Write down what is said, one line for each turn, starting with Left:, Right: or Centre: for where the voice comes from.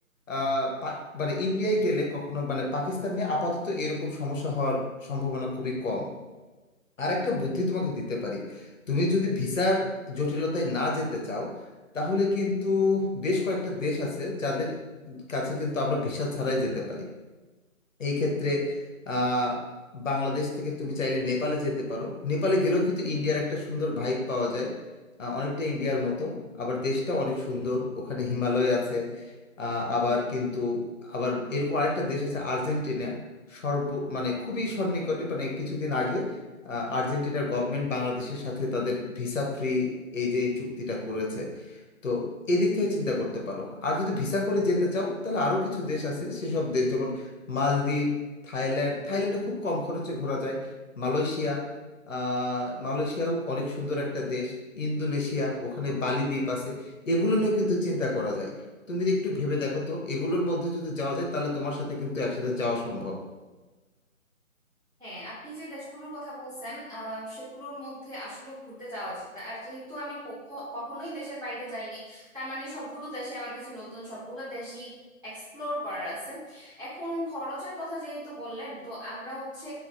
Left: আহ, পা- মানে ইন্ডিয়ায় গেলে কখনো মানে পাকিস্তান নিয়ে আপাতত এরকম সমস্যা হওয়ার সম্ভাবনা খুবই কম আর একটা বুদ্ধি তোমাকে দিতে পারি তুমি যদি ভিসার জটিলতায় না যেতে চাও তাহলে কিন্তু বেশ কয়েকটা দেশ আছে যাদের কাছে কিন্তু আমরা ভিসা ছাড়াই যেতে পারি এই ক্ষেত্রে আহ, বাংলাদেশ থেকে তুমি চাইলে নেপালে যেতে পারো নেপালে গেলেও কিন্তু ইন্ডিয়ার একটা সুন্দর ভাইব পাওয়া যায় আহ, অনেকটা ইন্ডিয়ার মতো আবার দেশটা অনেক সুন্দর ওখানে হিমালয় আছে আহ, আবার কিন্তু আবার এরকম আরেকটা দেশ আছে আর্জেন্টিনা সর্ব মানে খুবই সন্নিকটে মানে কিছুদিন আগে আহ, আর্জেন্টিনার গভর্নমেন্ট বাংলাদেশের সাথে তাদের ভিসা ফ্রি এই যে এই চুক্তিটা করেছে তো এদিক থেকে চিন্তা করতে পারো আর যদি ভিসা করে যেতে চাও তাহলে আরো কিছু দেশ আছে সেসব দেশ যেমন মালদ্বীপ থাইল্যান্ড থাইল্যান্ডে খুব কম খরচে ঘোরা যায় মালয়েশিয়া আহ, মালয়েশিয়াও অনেক সুন্দর একটা দেশ ইন্দোনেশিয়া ওখানে বালি দ্বীপ আছে এগুলো নিয়েও কিন্তু চিন্তা করা যায় তুমি একটু ভেবে দেখো তো এগুলোর মধ্যে যদি যাওয়া যায় তাহলে তোমার সাথে কিন্তু একসাথে যাওয়া সম্ভব
Right: হ্যাঁ আপনি যে দেশগুলোর কথা বলছেন আহ, সেগুলোর মধ্যে আসলে ঘুরতে যাওয়া যায় আর যেহেতু আমি কখ- কখনোই দেশের বাইরে যাইনি তার মানে সবগুলো দেশে আমার কাছে নতুন সবগুলো দেশই এক্সপ্লোর করার আছে এখন খরচের কথা যেহেতু বললেন তো আমরা হচ্ছে